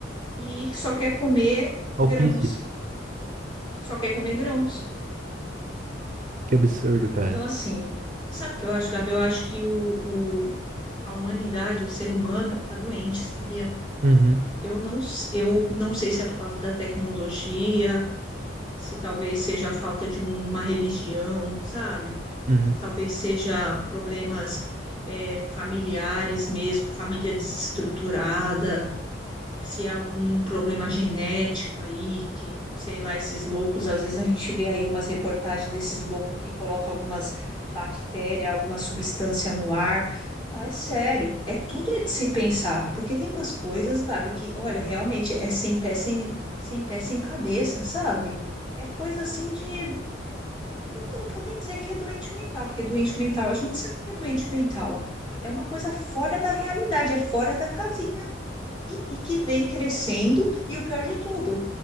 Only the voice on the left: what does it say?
e só quer comer
grãos, só quer comer grãos.
Então, assim, sabe o que eu acho, Gabi? Eu acho que o, o- a humanidade, o ser humano, está doente, sabia?
Eu não, s- eu não sei se é por causa da tecnologia, se talvez seja a falta de um- uma religião, sabe?
Talvez seja problemas, eh, familiares mesmo, família desestruturada se é algum problema genético aí, que, sei lá, esses loucos, às vezes a gente vê aí umas reportagens desses loucos que colocam algumas bactérias, alguma substância no ar. Não, é sério, é tudo é de se pensar, porque tem umas coisas, Gabi, que, olha, realmente é sem pé, sem, sem pé, sem cabeça, sabe? É coisa assim de, não, po- não podem dizer que é doente mental, porque doente mental, a gente sabe que é doente mental. É uma coisa fora da realidade, é fora da casinha e, e que vem crescendo. E o pior de tudo,